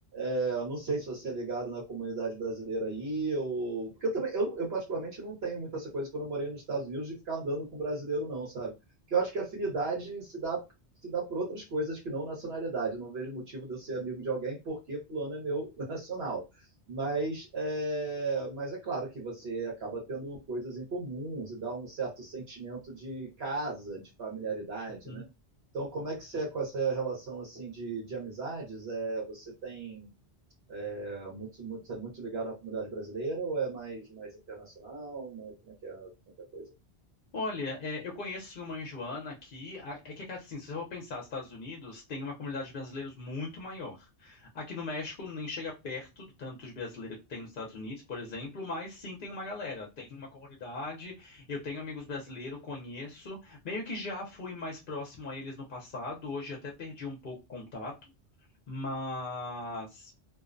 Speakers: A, on the right; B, on the left.
A: É, não sei se você é ligado na comunidade brasileira aí, ou... porque eu também, eu, eu particularmente não tenho muita essa coisa quando eu morei nos Estados Unidos de ficar andando com brasileiro, não, sabe? Que eu acho que a afinidade se dá, se dá por outras coisas que não nacionalidade. Eu não vejo motivo de eu ser amigo de alguém porque fulano é meu <laughs> nacional. Mas é, mas é claro que você acaba tendo coisas em comuns e dá um certo sentimento de casa, de familiaridade,
B: Uhum.
A: né? Então, como é que você é com essa relação assim de, de amizades? É, você tem é muito, muito, é muito ligado à comunidade brasileira ou é mais, mais internacional? Mas como é que é, como é que é a coisa?
B: Olha, é, eu conheço sim, uma em Joana aqui. A- É que assim, se você for pensar, nos Estados Unidos tem uma comunidade de brasileiros muito maior. Aqui no México nem chega perto do tanto de brasileiro que tem nos Estados Unidos, por exemplo, mas sim tem uma galera, tem uma comunidade. Eu tenho amigos brasileiros, conheço. Meio que já fui mais próximo a eles no passado, hoje até perdi um pouco o contato. Mas